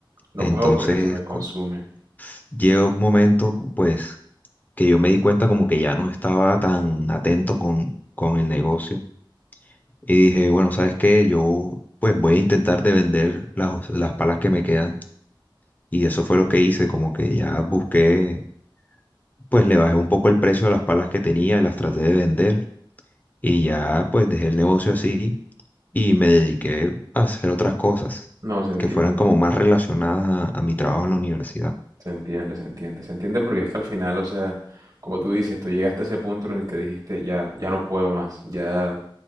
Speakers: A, on the right; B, on the left.
A: No
B: Entonces
A: puedo porque se me consume.
B: cu- llega un momento, pues, que yo me di cuenta como que ya no estaba tan atento con, con el negocio y dije, bueno, ¿sabes qué? Yo pues voy a intentar de vender las, las palas que me quedan y eso fue lo que hice, como que ya busqué, pues le bajé un poco el precio a las palas que tenía y las traté de vender Y ya pues dejé el negocio así y me dediqué a hacer otras cosas
A: No, se entiende,
B: que fueran como más relacionadas a, a mi trabajo en la universidad.
A: se entiende, se entiende. Se entiende porque es que al final, o sea, como tú dices, tú llegaste a ese punto en el que dijiste, ya, ya no puedo más, ya